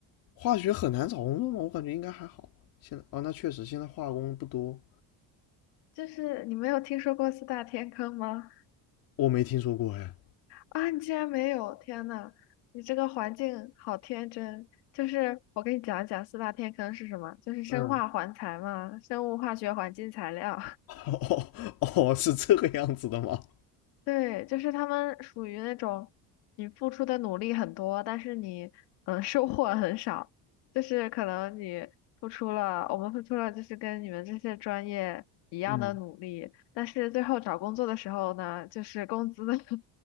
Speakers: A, on the left; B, on the left.
A: 化学很难找工作吗？我感觉应该还好吧。现在啊，那确实现在化工不多，
B: 就是你没有听说过四大天坑吗？
A: 我没听说过哎。
B: 啊，你竟然没有！天呐，你这个环境好天真。就是我给你讲一讲四大天坑是什么，就是生化环材嘛，
A: 嗯
B: 生物化学环境材料。
A: <laughs> 哦哦，是这个样子的吗？
B: 对，就是他们属于那种你付出的努力很多，但是你嗯收获很少，就是可能你付出了，我们付出了就是跟你们这些专业一样的努力，
A: 嗯，
B: 但是最后找工作的时候呢，就是工资 <laughs>